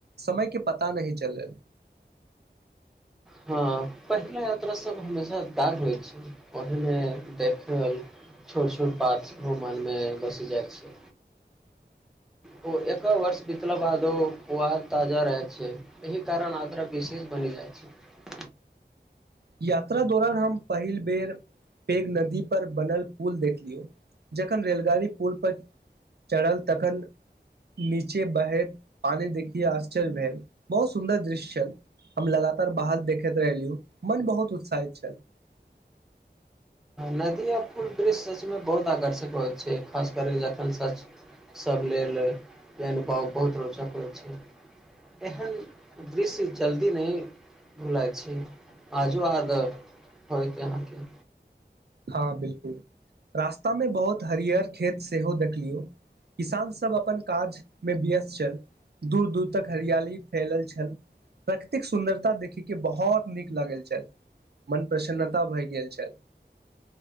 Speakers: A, on the right; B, in the centre.
A: समयके पता नहि चलल
B: हँ पहिला यात्रा सब हमेशा यादगार होइत छै ओहिमे देखल छोट छोट बात सेहो मनमे बसि जाइत छै ओ एक वर्ष बितला बादो ओ याद ताजा रहैत छै एहि कारण यात्रा विशेष बनि जाइत छै
A: यात्रा दौरान हम पहिल बेर पैघ नदी पर बनल पुल देखलियौ जखन रेलगाड़ी पुल पर चढ़ल तखन नीचे बहैत पानी देखी आश्चर्य भेल बहुत सुन्दर दृश्य छल हम लगातार बाहर देखैत रहलियो मन बहुत उत्साहित छल
B: नदी आ पुल दृश्य सचमे बहुत आकर्षक होइत छै खास कर कऽ जखन सच सभ लेल ई अनुभव बहुत रोचक होइत छै एहन दृश्य जल्दी नहि भुलाइत छै आजो आद होइत अहाँके
A: हँ बिल्कुल रास्तामे बहुत हरियर खेत सेहो देखलियौ किसानसभ अपन काजमे व्यस्त छल दूर दूर तक हरियाली फैलल छल प्रकृतिक सुन्दरता देखिके बहुत नीक लागल छल मन प्रसन्नता भए गेल छल